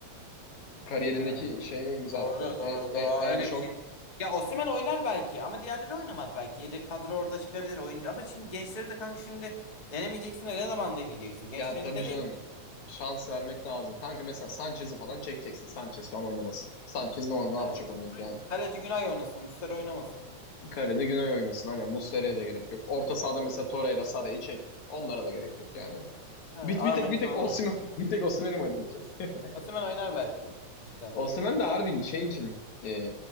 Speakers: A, on the left (about 70°); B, on the left (about 20°).
A: Kariyerindeki
B: Hmm.
A: şeye imza
B: Doğru
A: attı.
B: doğru
A: E-
B: doğru.
A: e-
B: Aa,
A: en
B: Öyle
A: çok
B: bir şey. Ya Osimhen oynar belki ama diğerleri oynamaz belki. Yedek kadro orada çıkabilir oyuncu. Ama şimdi gençleri de kanka şimdi denemeyeceksin de ne zaman deneyeceksin? Gençlerini
A: Ya tabii
B: dene.
A: canım. Şans vermek lazım. Kanka mesela Sanchez'i falan çekeceksin. Sanchez falan oynamasın. Sanchez ne, ne
B: Oynamaz.
A: yapacak oynayıp
B: Aynen.
A: yani.
B: Kaleci Günay oynasın. Muslera oynamasın.
A: Kalede Güney oynasın. Aynen Muslera'ya da gerek yok. Orta sahada mesela Torreira, Sara'yı çek. Onlara da gerek yok yani.
B: He, Ahmet
A: Bir, bir tek bir tek
B: falan
A: Osimhen
B: oynasın.
A: <laughs> bir tek Osimhen'i mi oynatacağız? <laughs>
B: Osimhen oynar belki. Cidden.
A: Osimhen de harbi şey için e,